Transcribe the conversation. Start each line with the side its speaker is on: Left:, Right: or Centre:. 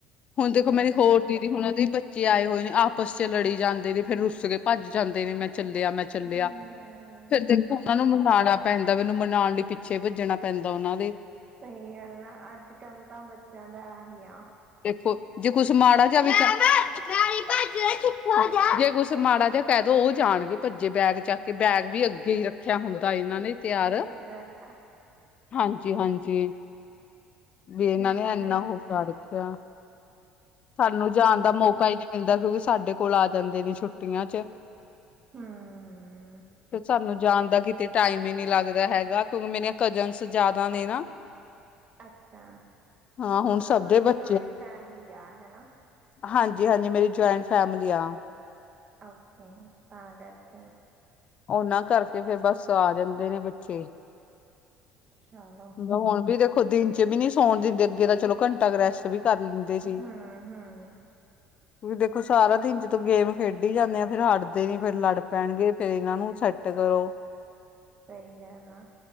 Left: ਹੁਣ ਦੇਖੋ
Right: ਹਮ
Left: ਮੇਰੀ ਹੋਰ ਦੀਦੀ ।ਹੁਣ ਉਹ ਦੀ ਬਚ- ਬੱਚੇ ਆਏ ਹੋਏ ਨੇ ਆਪਸ 'ਚ ਲੜੀ ਜਾਂਦੇ ਨੇ। ਫੇਰ ਰੁੱਸ ਕੇ ਭੱਜ ਜਾਂਦੇ ਨੇ। ਮੈਂ- ਚੱਲਿਆ, ਮੈਂ ਚੱਲਿਆ
Right: ਹਮ
Left: । ਫਿਰ ਦੇਖੋ ਉਨਾਂ ਨੂੰ ਮਨਾਣਾ- ਪੈਂਦਾ। ਉਨੂੰ ਮਨਾਣ ਲਈ ਪਿੱਛੇ ਭਜ- ਭੱਜਣਾ ਪੈਂਦਾ ਉਨਾਂ ਦੇ।
Right: ਸਈ ਗੱਲ ਆ ਅੱਜ ਕੱਲ ਤਾਂ ਬੱਚਿਆਂ ਦਾ ਆਹੀ ਆ।
Left: ਦੇਖੋ ਜੇ ਕੁਛ ਮਾੜਾ ਜਿਆ ਵੀ <unintelligible> ਜੇ ਕੁਛ ਮਾੜਾ ਜਿਹਾ ਕਹਿ ਦੋ ਉਹ ਜਾਣਗੇ ਭੱਜੇ ਬੈਗ ਚੱਕ ਕੇ ਬੈਗ ਵੀ ਅੱਗੇ ਹੀ ਰੱਖਿਆ ਹੁੰਦਾ ਏ। ਨਾਲੇ ਈ ਤਿਆਰ
Right: ਸਹੀ ਗੱਲ ਆ
Left: ।ਹਾਂਜੀ -ਹਾਂਜੀ- ਵੀ
Right: ਇਹ
Left: ਇਨਾਂ ਨੇ
Right: ਤਾਂ
Left: ਏਨਾ
Right: ਹੈ
Left: ਹੋ ਕੜ- ਕਿਆ। ਸਾਨੂੰ ਜਾਣ
Right: ਹਮ
Left: ਦਾ ਮੌਕਾ ਈ ਨੀ ਮਿਲਦਾ ਕਿਉਂਕਿ ਸਾਡੇ ਕੋਲ ਆ ਜਾਂਦੇ ਨੇ ਛੁੱਟੀ ਛੁਟੀਆਂ 'ਚ
Right: ਹਮ
Left: ਤੇ ਸਾਨੂੰ ਜਾਣ ਦਾ ਕਿਤੇ ਟਾਈਮ ਈ ਨੀ ਲੱਗਦਾ ਹੈਗਾ ਕਿਉਂਕਿ ਮੇਰੀਆਂ ਕਜਸਨ ਜਾਦਾ ਨੇ ਨਾ।
Right: ਅੱਛਾ
Left: ਹਾਂ ਹੁਣ ਸਭ
Right: ਤੁਹਾਡੀ
Left: ਦੇ ਬੱਚੇ
Right: ਜੁਆਇੰਟ ਫੈਮਲੀ ਆ ਹੇਨਾ।
Left: ਹਾਂਜੀ-ਹਾਂਜੀ ਮੇਰੀ ਜੁਆਇੰਟ ਫੈਮਲੀ ਆ।
Right: ਓਕੇ-ਤਾਂ ਕਰਕੇ।
Left: ਉਨਾਂ ਕਰਕੇ ਫੇਰ ਬੱਸ ਆ ਜਾਂਦੇ ਨੇ ਬੱਚੇ।
Right: ਚਲੋ
Left: ਹੁਣ ਵੀ ਦੇਖੋ, ਦਿਨ ਚ ਵੀ ਨੀ ਸੌਣ ਦਿੰਦੇ ।ਅੱਗੇ ਤਾਂ ਚਲੋ ਘੰਟਾ ਕ ਰੈਸਟ ਵੀ ਕਰ ਲੈਂਦੇ ਸੀ।
Right: ਹੂੰ-ਹੂੰ।
Left: ਤੁਸੀਂ ਦੇਖੋ ਸਾਰਾ ਦਿਨ ਜਦੋ ਗੇਮ ਖੇਡੀ ਜਾਂਨੇ ਆ ਫੇਰ ਹਟਦੇ ਨੀ ਫੇਰ ਲੜ ਪੈਣਗੇ। ਫਿਰ ਇਨਾਂ ਨੂੰ ਸੈਟ ਕਰੋ।
Right: ਸਈ ਗੱਲ ਆ